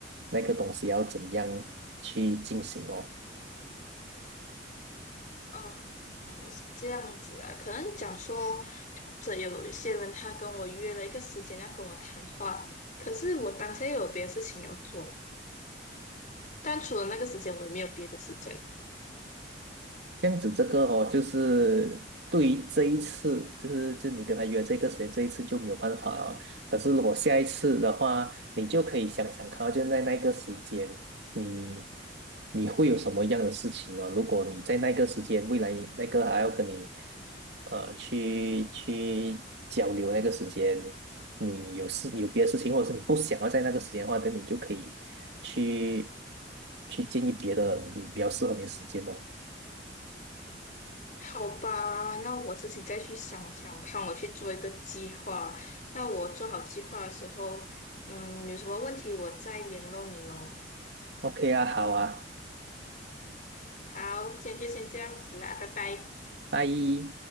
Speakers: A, on the right (about 65°); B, on the left (about 45°).
A: 那个东西要怎样去进行哦。
B: 嗯，我是这样子啊，可能讲说，这有一些人他跟我约了一个时间要跟我谈话，可是我当下又有别的事情要做，但除了那个时间，我也没有别的时间。
A: 这样子，这个哦，就是对于这一次，就是就你跟他约这个时间，这一次就没有办法了。可是如果下一次的话，你就可以想想看哦，就在那个时间，你你会有什么样的事情啊？如果你在那个时间，未来那个还要跟你呃去去交流那个时间，你有事你有别的事情，或者是你不想要在那个时间的话，那你就可以去去建议别的你比较适合你的时间哦。
B: 好吧，那我自己再去想想看，我去做一个计划。那我做好计划的时候，嗯，有什么问题我再联络你喽。
A: OK 啊，好啊，
B: 好，今天就先这样子啦，拜拜。
A: 拜。